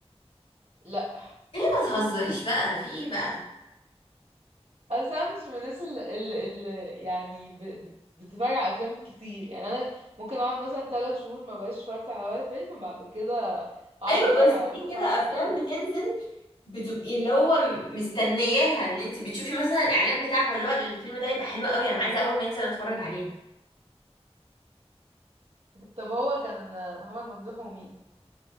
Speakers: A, on the right (about 70°); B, on the left (about 70°).
A: لا
B: ليه ما تهزريش بقى في ايه بقى
A: اصل انا مش من الناس اللي, اللي, اللي يعني ب... بت- بتتفرج على افلام كتير يعني انا ممكن اقعد مثلا ثلاث شهور ما بقاش اتفرجت على ولا فيلم بعد كده اقعد
B: ايوه
A: اتفرج
B: بس
A: على
B: في
A: مثلا
B: كده
A: خمس
B: افلام
A: ست افلام
B: بتنزل بتبقي اللي هو م- مستنياها ان انت بتشوفي مثلا الاعلان بتاعه اللي هو الفيلم ده يبقى حلو قوي انا عايزه اول ما ينزل اتفرج عليه
A: طب هو كان محمد ممدوح ومين